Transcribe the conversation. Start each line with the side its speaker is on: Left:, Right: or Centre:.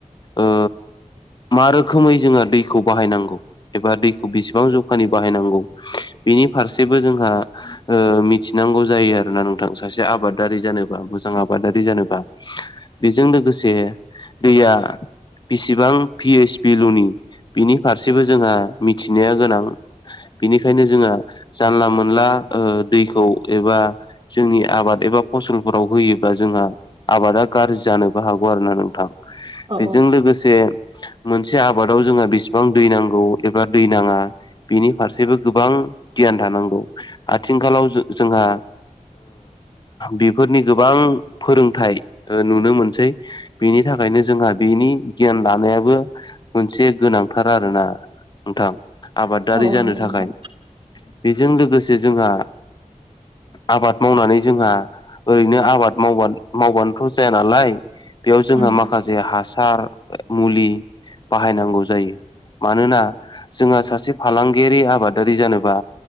Left: ओ मा रोखोमै जोङो दैखौ बाहायनांगौ एबा दैखौ बेसेबां जौखानि बाहायनांगौ बेनि फारसेबो जोंहा मिथिनांगौ जायो आरो ना नों सासे आबादारि जानोबा मोजां आबादारि जानोबा बेजों लोगोसे दैया बेसिबां पिओइस बिल'नि बिनि फारसेबो जोंहा मिथिनाया गोनां बिनिखायनो जोंहा जानला मोनला दैखौ एबा जोंनि आबाद एबा फसलफोराव होयोबा जोंहा आबादा गाज्रि जानोबो हागौ आरोना नोंथां
Right: औ
Left: बेजों लोगोसे मोनसे आबादाव जोंहा बेसेबां दै नांगौ एबा दै नाङा बिनि फारसेबो गोबां गियान थानांगौ आथिंखालाव जोंहा बेफोरनि गोबां फोरोंथाइ नुनो मोनसै बेनि थाखायनो जोंहा बेनि गियान लानायाबो मोनसे गोनांथार आरोना नोंथां आबादारि
Right: औ
Left: जानो
Right: नंगौ
Left: थाखाय
Right: नोंथां।
Left: बेजों लोगोसे जोंहा आबाद मावनानै जोंहा ओरैनो आबाद मावनाय मावबानोथ' जाया नालाय बेयाव जोंहा
Right: औ
Left: माखासे हासार मुलि बाहायनांगौ जायो मानोना जोंहा सासे फालांगियारि आबादारि जानोबा